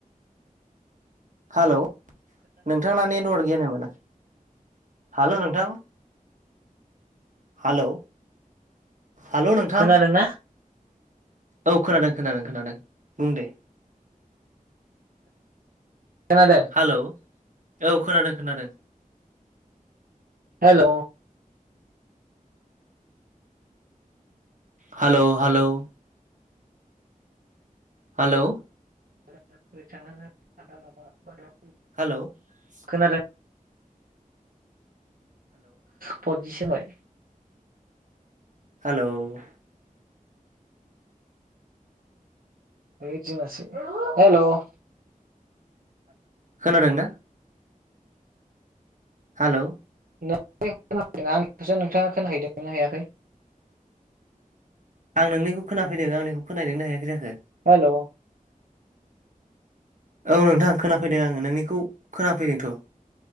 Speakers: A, on the right; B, on the right.
A: हालौ नोंथाङा नेटवार्क गैया नामा? हेलौ नोंथां। हालौ हालौ नोंथां।
B: खोनादोंना
A: औ खोनादों खोनादों खोनादों बुं दे।
B: खोनांदों।
A: हेलौ औ खोनादों खोनादों।
B: Hello.
A: Hello hello. Hello.
B: <unintelligible>
A: Hello.
B: खोनादों परस होबाय।
A: हेलौ ।
B: ओद जोंहासोहेऔ'।
A: खोनादों ना? हेलौ।
B: <unintelligible> आंनिखौसो नोंथाङा खोनाहैदों ना हैयाखै?
A: आं नोंनिखौ खोनाफैदों आंनिखौ खोनाहैदोंना हैयाखै जाखो?
B: हेलौ।
A: औ नोंथां खोनाफैदों आङो नोंनिखौ खोनाफैदोंथ'।